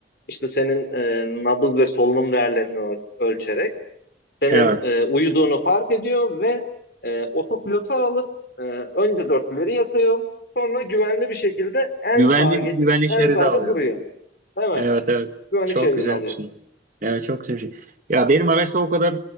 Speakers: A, on the left; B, on the right.
A: İşte senin e, nabız ve solunum değerlerini öl- ölçerek senin
B: evet.
A: e, uyuduğunu fark ediyor ve e, otopilota alıp e, önce dörtlüleri yakıyor. Sonra güvenli bir şekilde en
B: Güvenli,
A: sağa geçip
B: güvenli şeridi
A: en sağda
B: alıyor.
A: duruyor. Evet.
B: Evet, evet.
A: Güvenlik
B: Çok
A: şeridini
B: güzel
A: alıyor.
B: bir şey. Evet, çok güzel bir şey. Ya benim araçta o kadar